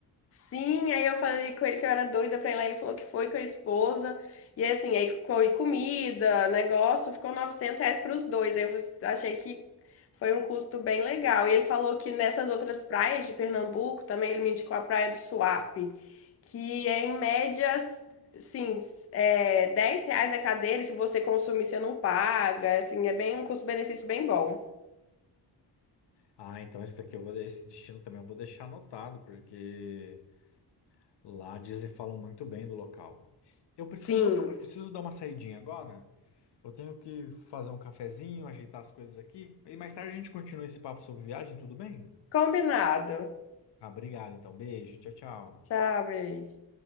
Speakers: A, on the left (about 35°); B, on the left (about 85°).
A: Sim, aí eu falei com ele que eu era doida pra ir lá. Ele falou que foi com a esposa. E assim, aí foi comida, negócio, ficou 900 reais pros dois. Aí eu achei que foi um custo bem legal. E ele falou que nessas outras praias de Pernambuco, também ele me indicou a Praia do Suape, que é em média, sim, é, 10 reais a cadeira. e Se você consumir, você não paga. Assim, é bem um custo-benefício bem bom.
B: Ah, então esse daqui eu vou, esse destino também eu vou deixar anotado, porque lá dizem falam muito bem do local. Eu preciso,
A: Sim,
B: preciso dar uma saidinha agora. Eu tenho que fazer um cafezinho, ajeitar as coisas aqui. E mais tarde a gente continua esse papo sobre viagem, tudo bem?
A: combinado.
B: Ah, obrigado, então. Beijo, tchau, tchau.
A: Tchau, beijo.